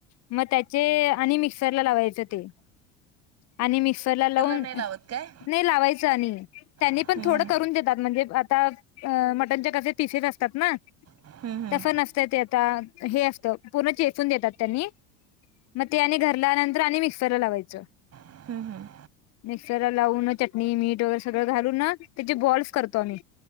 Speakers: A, on the left; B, on the right.
A: मग त्याचे आणि मिक्सरला लावायचं ते आणि मिक्सरला लावून
B: नाही लावत काय
A: नाही लावायचं आणि त्यांनी
B: हम्म
A: पण थोडं करून देतात म्हणजे आता मटनच्या कसे पिसेेस असतात ना
B: हम्म हम्म
A: तस नस त ते आता हे असत पूर्ण चेचून देतात त्यांनी. मग ते आणि घरला आनंतर आणि मिक्सर लावायचं.
B: हम्म हम्म -हम्म
A: मिक्सर लावून चटणी, मीठ वगैरे सगळं घालून ना त्याचे बॉल्स करतो आम्ही.